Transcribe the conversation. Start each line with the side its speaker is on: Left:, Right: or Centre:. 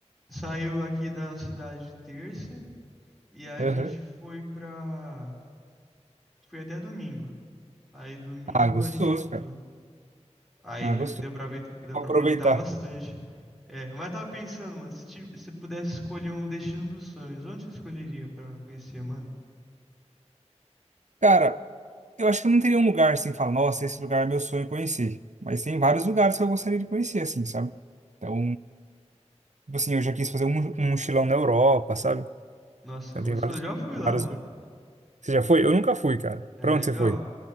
Centre: saiu aqui da nossa cidade terça. E aí
Right: Aham.
Centre: a gente foi pra. Foi até domingo. Aí domingo
Right: Ah, gostoso,
Centre: a gente voltou.
Right: cara.
Centre: Aí
Right: Ah, gostoso.
Centre: deu pra, aveit-
Right: Tem
Centre: deu
Right: que
Centre: pra
Right: Aproveitar.
Centre: aproveitar bastante. É, mas eu tava pensando, mano, se ti- se pudesse escolher um destino dos sonhos, onde você escolheria pra conhecer, mano?
Right: Cara, eu acho que eu não teria um lugar assim, falar, nossa, esse lugar é meu sonho conhecer. Mas tem vários lugares que eu gostaria de conhecer, assim, sabe? Então, tipo assim, eu já quis fazer um, mo- um mochilão na Europa, sabe?
Centre: Nossa,
Right: Então
Centre: é gostoso.
Right: tem vários,
Centre: Já fui
Right: vários.
Centre: lá, mano.
Right: Você já foi? Eu nunca fui, cara.
Centre: É
Right: Pra
Centre: legal.
Right: onde você foi?